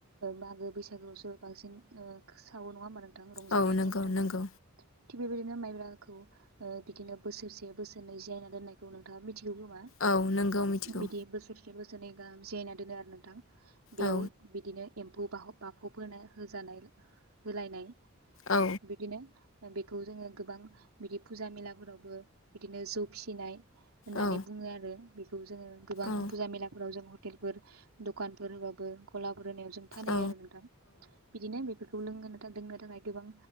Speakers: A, on the right (about 85°); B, on the left (about 65°).
A: मागो बैसागोआवसो ओ बांसिन सावो नङा मानोन गोबां रंजानायाव
B: औ नंगौ
A: लोंनो थाखाय
B: नंगौ
A: थिग बेबायदिनो माइब्रा बिदिनो बोसोरसे बोसोरनै जायना दोननायखौ नोंथाङा मि बिमा
B: औ नंगौ मिथिगौ
A: बिदि बोसोरसे बोसोर जनि गाहाम जियायना दोनो आरो नोंथां बेयाव
B: औ
A: बिदिनो एम्फौ ब बाखबोन होजानाय होलायनाय
B: औ
A: बिदिनो बेखौ जोङो गोबां बिदि फुजा मेलाफोरावबो बिदिनो जौ फिसिनाय होननानै
B: औ
A: बुङो आरो बेखौ खौ जोङ गोां
B: औ
A: बुजा मेलाफोराव जों हर ह'तेलफोर दखानफोर होबाबो गला जेनेबा जों फानहैयो
B: औ
A: आरो नोंथां बिदिनो बेफोरखौ लोंङो ना द आरो थाखाय गोबां